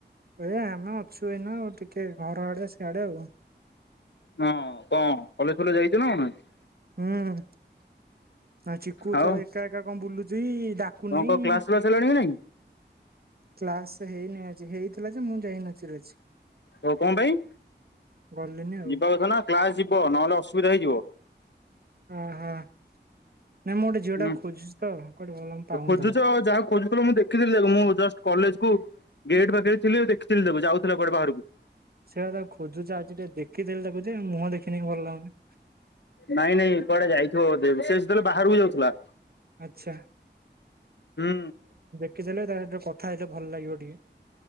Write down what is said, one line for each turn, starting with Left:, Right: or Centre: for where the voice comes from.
Right: ଏ ଆମେ ଅଛୁ ଏଇନା ଆଉ ଟିକେ ଘର ଆଡେ ସିଆଡେ ଆଉ।
Left: ହଁ କଣ କଲେଜ ଫଲେ ଯାଇଛୁ ନା? <unintelligible>
Right: ହୁଁ ଚିକୁ
Left: ଆଉ
Right: ତ ଏକା ଏକା କଣ ବୁଲୁଚ ଡା। <unintelligible>
Left: କଣ କଣ କ୍ଲାସ ଫ୍ଲାସ ହେଲାଣି କି ନାଇଁ?
Right: କ୍ଲାସ ହେଇନି ଆଜି ହେଇଥିଲା ଯେ ମୁଁ ଯାଇନଥିଲି ଆଜି।
Left: ହଉ କଣ ପାଇଁ
Right: ଗଲିନି ଆଉ।
Left: ଯିବା କଥା ନା କ୍ଲାସ ଯିବ ନହେଲେ ଅସୁବିଧା ହେଇଯିବ।
Right: ଓହୋ ନାଇଁ ମୁଁ ଗୋଟେ
Left: ହୁଁ
Right: ଝିଅ ଟାକୁ ଖୋଜୁଛି ତ। ପାଉନି
Left: ଖୋଜୁଛ
Right: ତାକୁ।
Left: ଆ ଯାହା ଖୋଜୁଥିଲ ମୁଁ ଦେଖି ଦେଖିଥିଲି ଦେବୁ ମୁଁ ଜ କଲେଜ କୁ ଗେଟ୍ ପାଖରେ ଥିଲି ଦେଖିଥିଲି ଦେବୁ ଯାଉଥିଲା କୁଆଡେ ବାହାରକୁ।
Right: ସେଇଟା ତା ଖୋଜୁ ଆଜି ଟିକେ ଦେଖିଦେଲି ତାକୁଛି ମୁହଁ ଦେଖିନକି ଭଲ ଲାଗୁନି।
Left: ନାଇଁ ନାଇଁ କୁଆଡେ ଯାଇଥିବ ବୋଧେ ସିଏ ଯେତେବେଳେ ବାହାରକୁ ଯାଉଥିଲା।
Right: ଆଚ୍ଛା।
Left: ହୁଁ।
Right: ଦେଖି ଦେଲେ ତା କଥା ହେଇଟା ଭଲ ଲାଗିବ ଟିକେ।